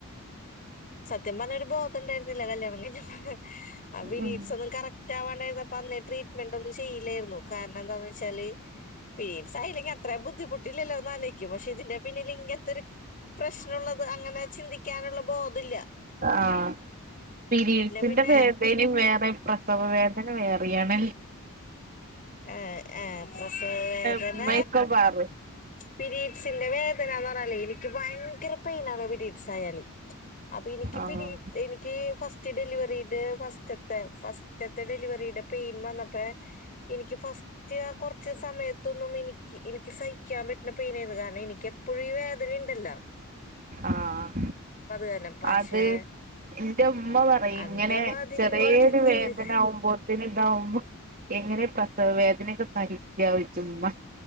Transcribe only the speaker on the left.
സത്യം പറഞ്ഞഒരു ബോധം ഉണ്ടായിരുന്നില്ല കല്യാണം കഴിഞ്ഞപ്പൊ ആ പീരീഡ്സ്
ഒന്നും കറ റ്റാ ആവാണ്ടായിരുന്നപ്പ അന്ന് ട്രീറ്റ്മെന്റ് ഒന്നും ചെയ്ല്ലായിരുന്നു കാരണം എന്താന്ന് വെച്ചാല് പീരീഡ്സ് ആയിലെങ്കി അത്ര ബുദ്ധിമുട്ടില്ലല്ലോന്ന് ആലോയിക്കും പക്ഷെ ഇതിന്റെ പിന്നിൽ ഇങ്ങനത്തൊരു പ്രശ്നഉള്ളത് അങ്ങനെ ചിന്തിക്കാനുള്ള ബോധല്ല
പിന്നെ
ഏഹ് ആഹ് പ്രസവവേദന
പിരീഡ്സിന്റെ വേദന എന്ന് പറഞ്ഞാല്ലേ എനിക്ക് ഭയങ്കര പെയിൻനാണ് പിരീഡ്സ് ആയാല് അപ്പൊ എനിക്ക്
പിരി എനിക്ക് ഫസ്റ്റ് ഡെലിവറിടെ ഫസ്റ്റത്തെ ഫസ്റ്റത്തെ ഡെലിവറിടെ പെയിൻ വന്നപ്പ എനിക്ക് ഫസ്റ്റ് ആ കൊറച്ച് സമയത്തൊന്നും എനിക്ക് എനിക്ക് സഹിക്കാൻ പറ്റുന്ന പെയിനന്ന് കാരണം എനിക്ക എപ്പോഴും ഈ വേദനയണ്ടല്ലോ
കാരണം പക്ഷെ
അന്തമാതിരി
വേദന ഇല്ലത്